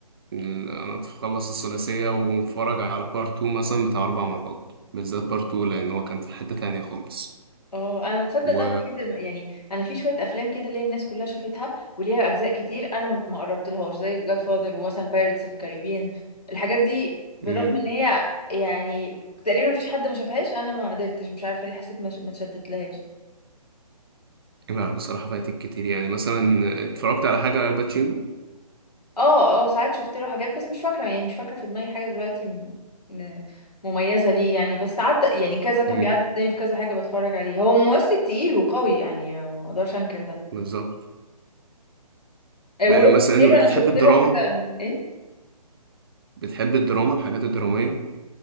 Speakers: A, on the right (about 40°); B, on the left (about 80°).
A: انا تخلص الثلاثيه واتفرج على بارت 2 مثلا بتاع اربع مرات بالذات بارت 2 لان هو كان في حته تانية خالص
B: اه انا تصدق
A: و
B: ده الوحيد الم- يعني انا في شويه افلام كده اللي هي الناس كلها شافتها وليها اجزاء كتير انا ما ما قربتلهاش زي جاد فاضل ومثلا بايرتس اوف كاريبيان الحاجات دي بالرغم
A: مم.
B: ان هي يعني تقريبا مفيش حد ما شافهاش انا ما قدرتش مش عارفه ليه حسيت ما ما اتشدت لهاش
A: لا بصراحه فايتك كتير يعني مثلا اتفرجت على حاجه لالباتشينو
B: اه اه ساعات شفت له حاجات بس مش فاكرة يعني مش فاكرة في دماغي حاجة دلوقتي م- م- مميزة ليه يعني بس عدى يعني كذا كان
A: امم
B: بيعدي قدامي في كذا حاجة بتفرج عليه هو ممثل تقيل وقوي يعني ما اقدرش انكر ده
A: بالظبط
B: آه،
A: م-
B: وروبرت
A: مثلا انت
B: دينيرو انا
A: بتحب
B: شفت
A: الدراما
B: له حاجة ايه
A: بتحب الدراما الحاجات الدراميه